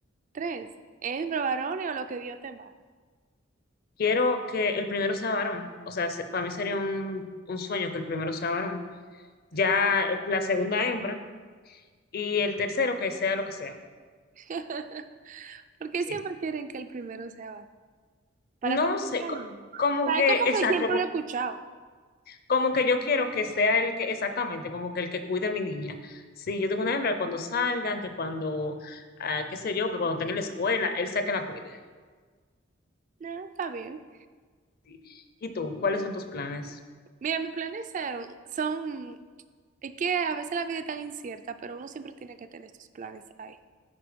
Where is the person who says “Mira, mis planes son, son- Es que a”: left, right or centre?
Right